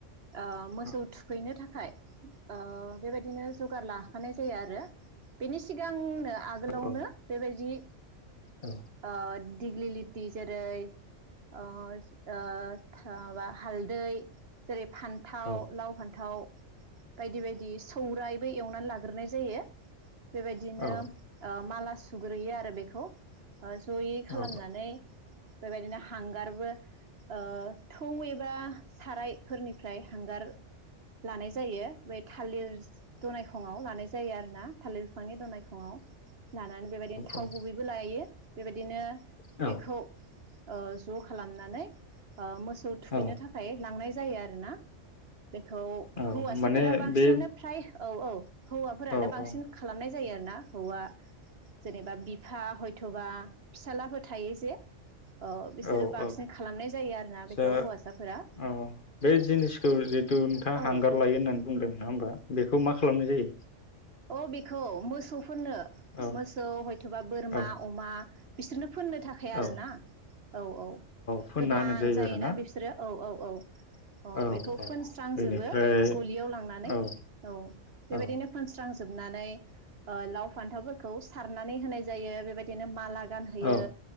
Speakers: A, on the right (about 55°); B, on the left (about 45°).
A: आ मोसौ
B: औ
A: थुखैनो थाखाय आ बेबायदिनो जौगार लाखानाय जायो आरो बेनि सिगांनो आगोलावनो
B: औ औ
A: बेबायदि
B: औ
A: ओ दिगलि लिथि जेरै अ ओ खो माबा हालदै जेरै फान्थाव
B: औ
A: लाव फान्थाव बायदि बायदि सौरायबो एवनानै ला ग्रोनाय जायो बेबायदिनो
B: औ
A: ओ माला सुग्रोयो आरो बेखौ ओ जयै खालामनानै
B: औ
A: बेबायदिनो हांगारबो ओ थुं एबा सारायफोरनिफ्राय हांगार लानाय जायो बै थालिर दनायखंआव लानाय जायो आरो ना थालिर बिफांनि दनायखङाव लानानै बेबायदिनो थाव
B: औ
A: गुबैबो लायो। बेबाय दिनो
B: औ
A: बेखौ ओ ज खालामनानै ओ मोसौ थुखैनो
B: औ
A: थाखाय लांनाय जायो आरोना बेखौ
B: औ
A: हौवासाफोरा
B: माने
A: बांसिनानो
B: बे
A: फ्राय औ औ हौवाफोरानो
B: औ
A: बांसिन
B: औ
A: खालामनाय जायो आरो ना हौवा जेनेबा बिफा हय थुबा फिसालाबो थायो जे ओ बिसोरो
B: औ
A: बांसिन
B: औ
A: खालामनाय जायो आरोना
B: सो
A: बेखौ हौवासाफोरा
B: औ बे जिनिसखौ जिथु नोंथाङा
A: औ
B: हांगार लायो होननानै बुंदों नङा होमबा बेखौ मा खालामनाय जायो
A: अ बेखौ मोसौ फोनो
B: औ
A: मोसौ हयथबा बोरमा
B: औ
A: अमा बिसोरनो फोननो थाखाय आरोना
B: औ
A: औ औ
B: फोनना
A: गोदान
B: होनाय जायो
A: जायोना
B: आरोना
A: बिसोरो औ औ औ अ
B: औ
A: बेखौ
B: औ
A: फोनस्रांजोबो
B: बेनिफ्राय
A: गलियाव लांनानै
B: औ
A: औ बेबायदिनो
B: औ
A: फोनस्रां जोबनानै ओ लाव फान्थावफोरखौ सारनानै होनाय जायो बेबायदिनो माला गानहोयो
B: औ